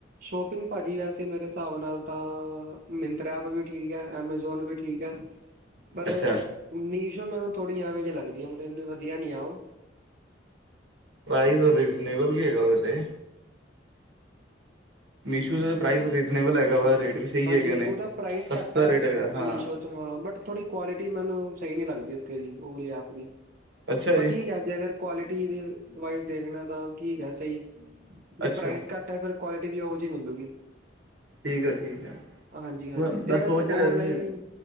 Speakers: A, on the right; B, on the right.
A: ਸ਼ੌਪਿੰਗ ਭਾਜੀ ਵੈਸੇ ਮੇਰੇ ਹਿਸਾਬ ਨਾਲ ਤਾਂ 'ਮਿੰਤਰਾ' ਐਪ ਵੀ ਠੀਕ ਏ 'ਐਮਾਜ਼ੌਨ' ਵੀ ਠੀਕ ਏ। ਪਰ
B: ਅੱਛਾ
A: 'ਮੀਸ਼ੋ' ਮੈਨੂੰ ਥੋੜ੍ਹੀ ਐਵੇਂ ਜੇ ਲੱਗਦੀ ਐ, ਮਤਲਬ ਇੰਨੀ ਵਧੀਆ ਨੀ ਐ ਉਹ।
B: ਪ੍ਰਾਈਜ਼ ਔਰ ਰੀਜਨੇਬਲ ਵੀ ਹੈਗਾ ਓਦੇ ਤੇ। 'ਮੀਸ਼ੋ' ਦਾ ਪ੍ਰਾਈਜ਼ ਰੀਜਨੇਬਲ ਹੈਗਾ ਵਾ ਰੇਟ ਵੀ। ਸਹੀ
A: ਹਾਂਜੀ
B: ਹੈਗੇ ਨੇ
A: ਓਦਾ ਪ੍ਰਾਈਜ਼
B: ਸਸਤਾ
A: ਘੱਟ ਐ,
B: ਰੇਟ ਹੈਗਾ ਹਾਂ
A: ਮੀਸ਼ੋ। ਹਾਂ, ਬਟ ਥੋੜੀ ਕੁਆਲਿਟੀ ਮੈਨੂੰ ਸਈ ਨੀ ਲੱਗਦੀ ਉਥੇ ਦੀ ਓਹ ਵਲੀ ਐਪ ਦੀ,
B: ਅੱਛਾ
A: ਪਰ
B: ਜੀ
A: ਠੀਕ ਐ। ਜੇ ਅਗਰ ਕੁਆਲਿਟੀ ਦੇ ਵਾਈਜ਼ ਦੇਖਣਾ ਤਾਂ ਠੀਕ ਐ, ਸਈ ਜੇ
B: ਅੱਛਾ
A: 'ਪ੍ਰਾਈਜ਼' ਘੱਟ ਟੈ ਫਿਰ ਕੁਆਲਿਟੀ ਵੀ ਉਹ ਜਹੀ ਮਿਲੂਗੀ।
B: ਠੀਕ ਆ ਠੀਕ ਆ,
A: ਹਾਂਜੀ ਹਾਂਜੀ
B: ਮੇ
A: ਅਤੇ
B: ਮੈਂ
A: ਵੈਸੇ
B: ਸੋਚ ਰਿਆ
A: ਔਨਲਾਈਨ
B: ਸੀ।